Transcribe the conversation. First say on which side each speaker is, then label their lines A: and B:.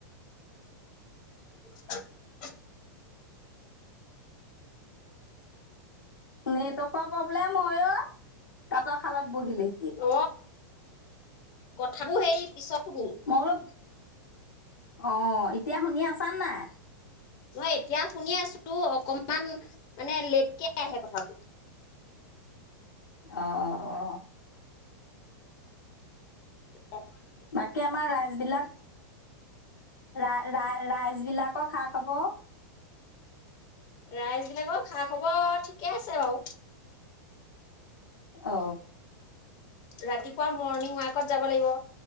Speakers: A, on the left; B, on the left.
A: <unintelligible>
B: নেটৱৰ্কৰ প্ৰব্লেম হয় অ তাঁতৰ খালত বহিলেহিয়?
A: অ কথাবোৰ সেই। পিছত আকৈ বহিম।
B: মই বোলো অ এতিয়া শুনি আছা নাই।
A: মই এতিয়া শুনি আছো অকমান মানে লেটকে আহে কথাতো।
B: অ অ
A: উ
B: বাকী আমাৰ ৰাইজ বিলাক। ৰা ৰা ৰাইচ বিলাকো খা খবৰ।
A: ৰাইজ বিলাকৰ খা খবৰ ঠিকে আছে বাৰু।
B: অ
A: ৰাতি। মৰ্ণিং ৱাকত যাব লাগিব।